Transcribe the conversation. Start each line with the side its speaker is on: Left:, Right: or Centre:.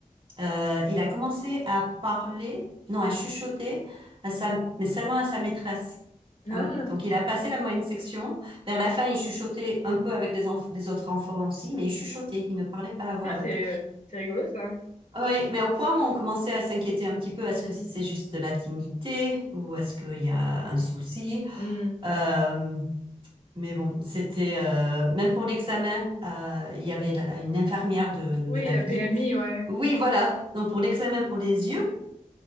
Right: euh, il a commencé à parler, non, à chuchoter, à sa, mais seulement à sa maîtresse.
Left: Ah,
Right: En- Donc il a passé la moyenne section. Vers la fin, il chuchotait un peu avec les, enf- les autres enfants aussi, mais il chuchotait, il ne parlait pas à voix
Left: ah c'est
Right: haute.
Left: c'est rigolo ça.
Right: Oui, mais au point où on commençait à s'inquiéter un petit peu, est-ce
Left: Hmm.
Right: que si c'est juste de la timidité ou est-ce qu'il y a un souci?
Left: Hmm.
Right: Euh, mais bon, c'était euh, même pour l'examen, euh, il y avait la- une infirmière de, de
Left: Oui,
Right: la
Left: la
Right: ville.
Left: PMI, ouais.
Right: Oui, voilà. Donc pour l'examen pour les yeux,